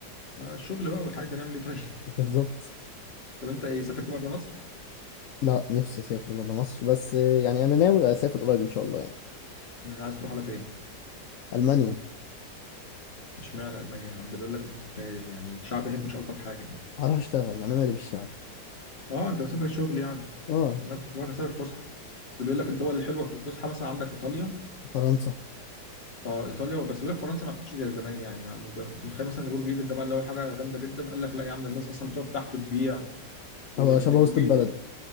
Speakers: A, on the left; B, on the left.
A: ما الشغل بقى والحاجات دي نعمل ايه طيب
B: <laughs> بالظبط
A: <laughs> طب انت ايه سافرت بره مصر
B: لا نفسي اسافر بره مصر بس يعني انا ناوي اسافر قريب ان شاء الله يعني
A: أمم، عايز تروح على فين
B: المانيا
A: مش معنى المانيا يا عم ده بيقول لك الد- يعني الشعب هناك مش الطف حاجه يعني
B: هروح اشتغل انا مالي بالشعب
A: اه انت مسافر شغل يعني
B: اه
A: انا كنت بتفرج على سبب الفسحه اصل بيقول لك الدول الحلوه في الفسحه مثلا عندك ايطاليا
B: فرنسا
A: اه ايطاليا بس بيقول لك فرنسا ما عادتش زي زمان يعني, يعني كنت متخيل مثلا ان برج ايفل ده بقى اللي هو حاجه جامده جدا قال لك لا يا عم ده الناس اصلا بتقعد تحته تبيع والكميه
B: هو شبه وسط البلد